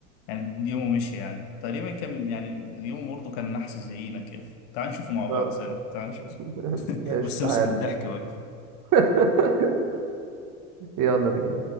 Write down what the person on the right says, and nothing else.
اه
<laughs>
ماشي
تعال
<laughs> يلا بينا